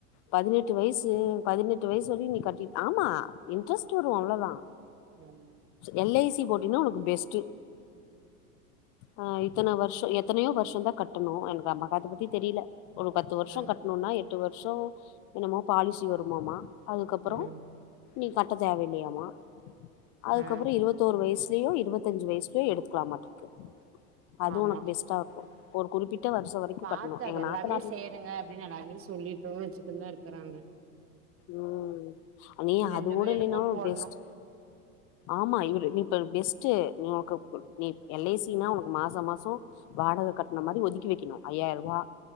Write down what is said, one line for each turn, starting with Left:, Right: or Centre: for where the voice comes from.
Left: பதினெட்டு வயசு பதினெட்டு வயசு வரையும் நீ கட்டி ஆமா இன்ட்ரெஸ்ட்டு வரும் அவ்ளோதா
Right: ம்
Left: எல் ஐ சி போட்டின்னா ஒனக்கு பெஸ்ட்டு ஆ இத்தன வருஷம் எத் எத்தனையோ வருஷம் தான் கட்டணும் எனக்கு அம்மக அத பத்தி தெரியல ஒரு பத்து வருஷோ
Right: ம்
Left: கட்ணோனா எட்டு வருஷோ என்னமோ பாலிசி வருமாமா அதுக்கப்றோ
Right: ம்
Left: நீ கட்ட தேவயில்லயாமா அதுக்கப்றோ
Right: ஆ
Left: இருபத்தோரு வயசு இதயு இருபத்தஞ்சு வயசுக்கு எடுத்துக்கலாமாட்ருக்கு அதுவு
Right: ஆமா
Left: உனக்கு பெஸ்ட்டா ஒரு குறிப்பிட்ட வருஷோ வரைக்கு
Right: பாத்து
Left: கட்டணு
Right: அது
Left: எங்க
Right: எல்லாமே
Left: நாத்தனார்
Right: சேருங்க அப்டின்னு நாலு பேரு சொல்லிட்டோ வச்சுட்டுந்தா இரு இருக்குறாங்க
Left: உம் அண்ணீ
Right: ரெண்டு
Left: அது கூட
Right: பேருக்கு
Left: இல்லன்னாலு
Right: போடணு
Left: பெஸ்ட் ஆமா இவரு நீ இப்ப பெஸ்ட்ட் நீ உனக்கப் நீ எல் ஐ சி னா உனக்கு மாசோ மாசோ வாடக கட்ன மாரி ஒதுக்கி வெக்கணு ஐயாயிர ரூபா